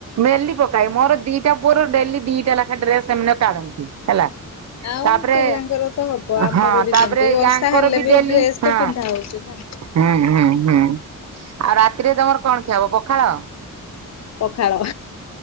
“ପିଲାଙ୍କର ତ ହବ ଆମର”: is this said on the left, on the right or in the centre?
Left